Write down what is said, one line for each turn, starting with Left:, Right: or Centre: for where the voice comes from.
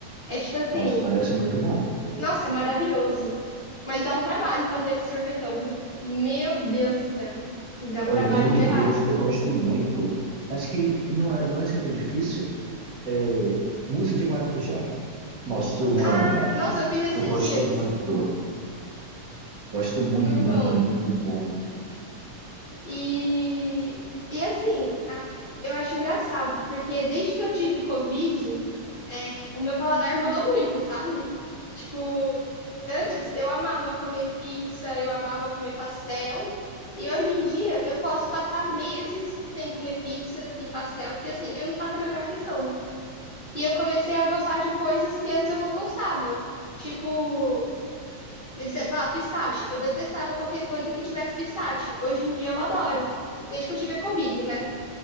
Left: É tipo assim,
Right: Nossa, parece muito bom.
Left: nossa, é maravilhoso. Mas dá um trabalho fazer esse sorvetão, viu? Meu Deus do céu. Dá um
Right: Olha,
Left: trabalho
Right: um outro
Left: ferrado.
Right: doce que eu gosto muito, mas que não é, não é assim tão difícil, é mousse de maracujá. Nossa, eu amo.
Left: Ah, Nossa, eu fiz esses
Right: Eu gosto
Left: dias.
Right: muito. Gosto muito,
Left: Muito
Right: muito,
Left: bom.
Right: é muito bom.
Left: E, e assim, a- eu acho engraçado, porque desde que eu tive Covid, o meu paladar mudou muito, sabe? Tipo, antes eu amava comer pizza, eu amava comer pastel, e hoje em dia eu posso passar meses sem comer pizza e pastel, que assim, eu não faço a menor questão. E eu comecei a gostar de coisas que antes eu não gostava. Tipo, por exemplo, ah, pistache. Eu detestava qualquer coisa que tivesse pistache. Hoje em dia eu adoro, desde que eu tive a Covid, né?